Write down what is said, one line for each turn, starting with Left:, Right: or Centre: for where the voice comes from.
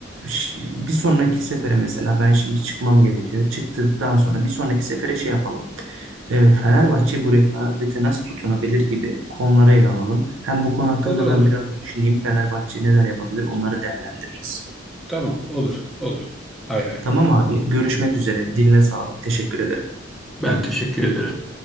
Right: ş- bir sonraki sefere mesela ben şimdi çıkmam gerekiyor. Çıktıktan sonra bir sonraki sefere şey yapalım. Eee, Fenerbahçe bu rekabete nasıl tutunabilir gibi konuları ele alalım. Hem bu konu hakkında
Centre: Olur olur.
Right: ben biraz düşüneyim. Fenerbahçe neler yapabilir onları değerlendiririz.
Centre: Tamam, olur, olur. Hay hay.
Right: Tamam abi, görüşmek üzere. Diline sağlık. Teşekkür ederim.
Centre: Ben teşekkür ederim.